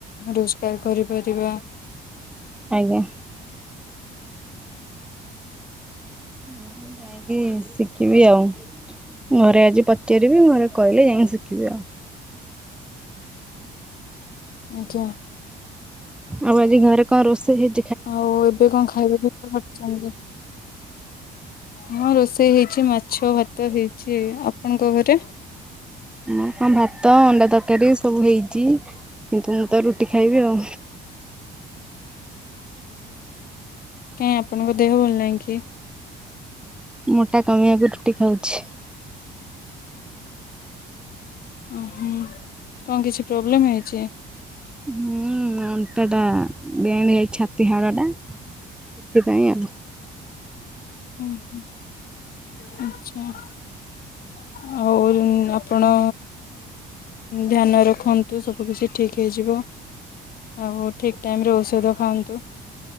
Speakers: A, on the left; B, in the centre.
A: ରୋଜଗାର କରିପାରିବା।
B: ଆଜ୍ଞା। ହୁଁ ଯାଇଁକି ଶିଖ୍ ଶିଖିବି ଆଉ, ଘରେ ଆଜି ପଚାରିବି ଘରେ କହିଲେ ଯାଇକିି ଶିଖ୍ <unintelligible>
A: ଆଜ୍ଞା।
B: ଆଉ ଆଜି ଘରେ କଣ ରୋଷେଇ ହେ
A: ଆଉ ଏବେ କଣ ଖାଇବା ପିଇବା କରିଛନ୍ତି? ହଁ ରୋଷେଇ ହେଇଛି ମାଛ ମାଛ ଭାତ ହେଇଛି। ଆପଣଙ୍କ ଘରେ?
B: ହଁ କଣ ଭାତ ଅଣ୍ଡା ତରକାରୀ ସବୁ ହେଇଛି କିନ୍ତୁ ମୁଁ ତ ରୁଟି ଖାଇବି ଆଉ।
A: କାଇହିଁ ଆପଣଙ୍କ ଦେହ ଭଲ ନାହିଁ କି?
B: ମୋଟା କମିବାକୁ ରୁଟି ଖାଉଛି।
A: ଓହୋ କଣ କିଛି ପ୍ରୋବ୍ଲେମ ହେଇଛି।
B: ହୁଁ ଅଣ୍ଟା ଟା ବେଣ ଯାଇଛି ଛାତିୀ ହାଡ଼ ଟା ସେଥିପାଇଁ ଆଉ।
A: ହୁଁ ହୁଁ ଆଚ୍ଛା ଆଉ ଆପଣ ଧ୍ୟାନ ରଖନ୍ତୁ ସବୁ କିଛି ଠିକ ହେଇଯିବ। ହ ହୋ ଠିକ ଟାଇମ ରେ ରହୁଛି ସୁଧ ଖାଆନ୍ତୁ।